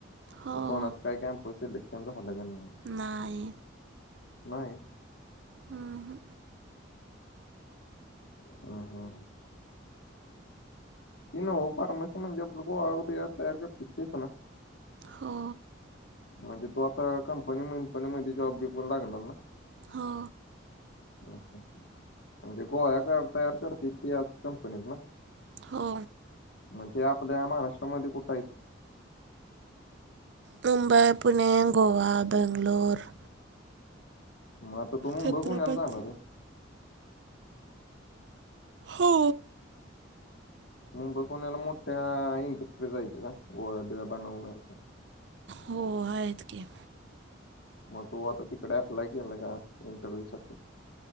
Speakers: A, on the right; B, on the left.
A: हो
B: म कोणाचं काय कॅम्पस सिलेक्शन झालं का नाय?
A: नाई.
B: नाय.
A: हम्म,
B: हूं हूं ही नवं फार्मसी म्हणजे गोळ्या बिल्या तयार करतेत तिच ना
A: हो.
B: म्हणजे तू आता कंपनी मींपनी मध्ये जॉब बिप वर लागणार ना.
A: हा.
B: हं हं म्हणजे गोळ्या गो तयार करतेत त्याच कंपनीत ना.
A: हो.
B: म ते आपल्या महाराष्ट्रामध्ये कुठं हाईत?
A: मुंबई, पुणे, गोवा, बेंगलोर
B: म आता तू मुंबई
A: छत्रपती
B: पुण्याला जाणार व्हय.
A: हो.
B: मुंबई पुण्याला मोठ्या इंडस्ट्रीज आहेत का गोळ्या बिळ्या बनवण्याच्या
A: हो आहेत की,
B: म तू आता तिकडे अप्लाय केला का इंटरव्ह्यू साठी.